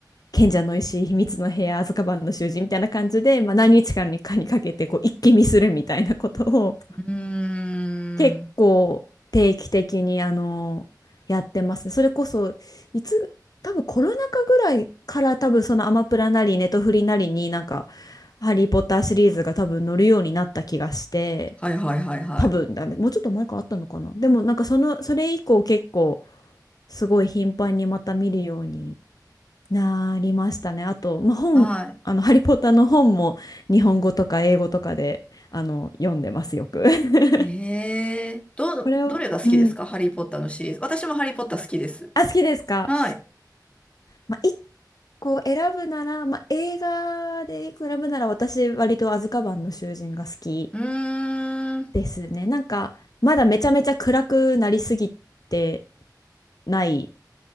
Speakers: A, on the left; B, on the left.
A: 賢者の石、秘密の部屋、アズカバンの囚人みたいな感じで、まあ、何日間にかにかけて、こう、一気見するみたいなことを、
B: うーん。
A: 結構定期的にあのやってますね。それこそいつ多分コロナ禍ぐらいから多分そのアマプラなりねネトフリなりになんか「ハリー・ポッター」シリーズが多分乗るようになった気がして
B: はいはいはいはい。
A: 多分だねもうちょっと前からあったのかなでもなんかそのそれ以降結構すごい頻繁にまた見るようになりましたね。あと、まあ、本あの「ハリー・
B: はい。
A: ポッター」の本も日本語とか英語とかであの読んでますよく。<laughs>
B: えー、ど、
A: これを、
B: どれが好きですかハリー・
A: うん
B: ポッターのシリーズ。私もハリー・ポッター好きです。
A: あ、好きですか。
B: はい。
A: まあ、一個選ぶなら、まあ、映画で一個選ぶなら、私、割とアズカバンの囚人が好き
B: うーん。
A: ですね。なんか、まだめちゃめちゃ暗くなりすぎてない